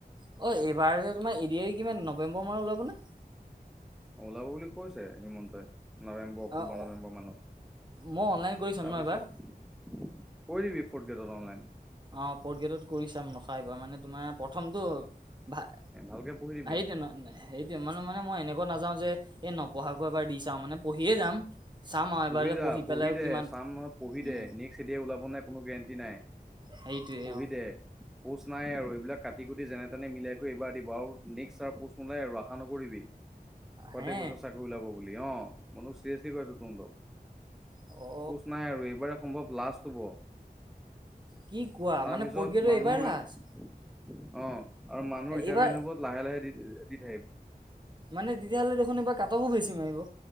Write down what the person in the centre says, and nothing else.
অঁ ওলাব বুলি কৈছে হিমন্তই। নৱেম্বৰ অক্টোবৰ
নৱেম্বৰ মানত।
তাৰপিছত
কৰি দিবি ফৰ্ট গ্ৰেডত অনলাইন।
ভালেকে পঢ়ি থাকিবি।
পঢ়ি
যা পঢ়ি
দে
চাম নহয় পঢ়ি
দে নেক্সট এদিআৰৰি ওলাব নাই কোনো গেৰেণ্টি নাই।
পঢ়ি
দে। পোষ্ট নাই আৰু এইবিলাক কাটি কুটি যেনে তেনে মিলাই কৰি এইবাৰ দিব আৰু, নেক্সট আৰু পষ্ট নোলাই আৰু আশা নকৰিবি। প্ৰত্যেক
বছৰ চাকৰি ওলাব বুলি অঁ ম‌ইনো চিৰিএছলি কৰিছো তহঁতক।
পোষ্ট নাই আৰু এইবাৰ সম্ভৱ লাষ্ট হ'ব।
তাৰপিছত
মানুহৰ
অঁ, আৰু মানুহ ৰিটায়াৰমেণ্ট
হব লাহে লাহে দি দি থাকে।